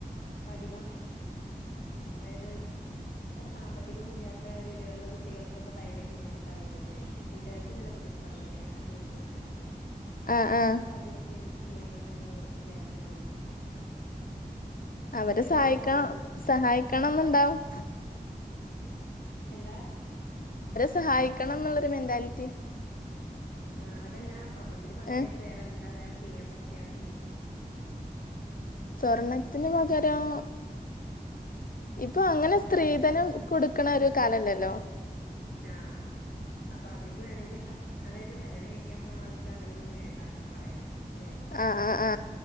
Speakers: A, on the left; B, on the left.
A: അപ്പ അധികം അതായത് അത്ര സാമ്പത്തികക്കൊന്നും ഇല്ലാത്ത വീടുകളുള്ള കുട്ടികൾക്കൊക്കെ ഭയങ്കര ബുദ്ധിമുട്ടാവല്ലോ അങ്ങനെ വീട്ടുകാർക്കും നല്ല ബുദ്ധിമുട്ടാവല്ലോ കല്യാണം കഴിച്ചു കൊടുക്കാനൊക്കെ അപ്പൊ
B: ആഹ്
A: ആ
B: ആഹ്
A: ഒരു സാഹചര്യത്തിൽ എന്ത് ചെയ്യാൻ പറ്റുന്ന് വിചാരിക്കണത്
B: അവരെ
A: അതായത്
B: സഹായിക്കണം
A: സ്വർണത്തിന്
B: സഹായിക്കണം ന്നുണ്ടാകും
A: എന്താ
B: സഹായിക്കണം എന്നുള്ളൊരു മെന്റാലിറ്റി
A: ആ അതല്ല ആ സ്വർണത്തിന് പകരട്ട്
B: ഏഹ്
A: വേറെ എന്താ വേറെ ചെയ്യാൻ പറ്റിയന്നുള്ളൊരിത്
B: സ്വർണത്തിന് പകരം ഇപ്പൊ അ അങ്ങനെ സ്ത്രീധനം
A: അല്ല
B: കൊടുക്കണ ഒരു കാലല്ലല്ലോ
A: ആ അപ്പൊ അവർക്ക് വേണെങ്കിൽ ഹസ്ബ അതായത് കല്യാണം കഴിക്കാൻ പോണ ആൾക്ക് അങ്ങനൊന്നും വേണ്ടന്നൊക്കെ പറയാം ല്ലേ
B: ആ ആ